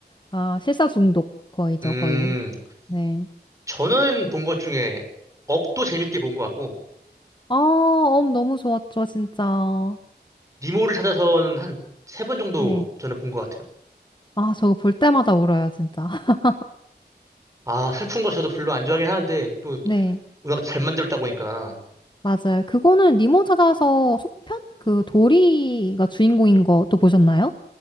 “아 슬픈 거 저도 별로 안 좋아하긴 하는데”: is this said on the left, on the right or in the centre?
Right